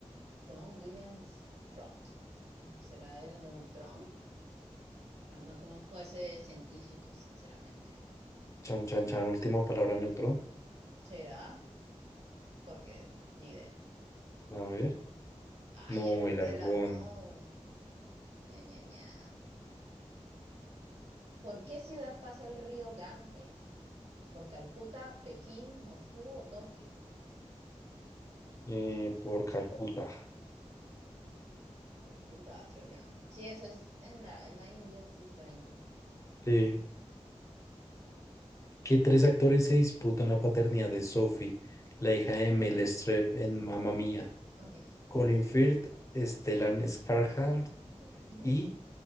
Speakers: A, on the right; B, on the left.
A: John Williams Trott. Ah, ¿Será el neutrón? Ah, no conozco a ese científico, sinceramente.
B: Chan, chan, chan, última palabra, neutrón.
A: ¿Será? Porque ni idea.
B: A ver.
A: Ay,
B: No,
A: era el,
B: el
A: el
B: argón.
A: argón. Ña, Ña, Ña. ¿Por qué ciudad pasa el río Ganges? ¿Por Calcuta, Pekín, Moscú o Tokio?
B: Eh, por Calcuta.
A: Calcuta, Trevian. Sí, eso es en la, en la India, sí, la India.
B: Sí. ¿Qué tres actores se disputan la paternidad de Sophie, la hija de Mel Streep en Mamma Mía?
A: Ok.
B: Colin Firth, Stellan Skarsgård
A: <laughs>
B: y